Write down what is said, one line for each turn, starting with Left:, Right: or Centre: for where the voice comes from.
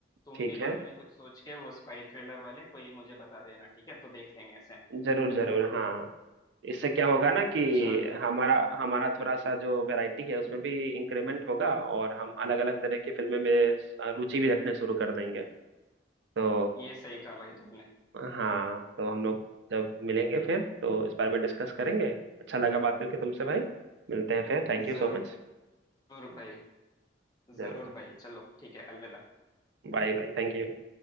Left: तुम
Right: ठीक
Left: भी
Right: है
Left: बाद में कुछ सोच के वो स्पाई थ्रिलर वाले कोई मुझे बता देना ठीक है तो देख लेंगे ऐसे
Right: जरूर जरूर हाँ इससे क्या होगा ना कि
Left: चल
Right: हमारा हमारा थोड़ा सा जो वैरायटी है उसमें भी इंक्रीमेंट होगा और हम अलग अलग तरह की फिल्में में अ, रुचि भी रखने शुरू कर देंगे तो
Left: ये सही कहा भाई तुमने
Right: हाँ तो हम लोग जब मिलेंगे फिर तो इस बारे में डिस्कस करेंगे अच्छा लगा बात करके तुमसे भाई मिलते हैं फिर थैंक यू
Left: जरूर
Right: सो मच
Left: भाई
Right: जरूर
Left: जरूर भाई चलो ठीक है अलविदा
Right: Bye bye thank you